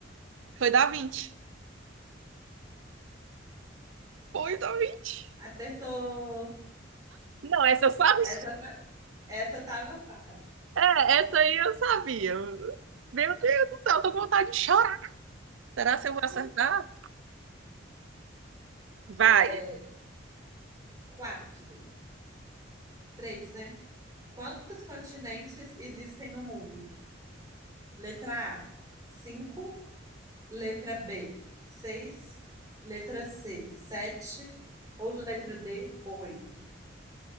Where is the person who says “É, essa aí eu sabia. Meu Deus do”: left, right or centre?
Right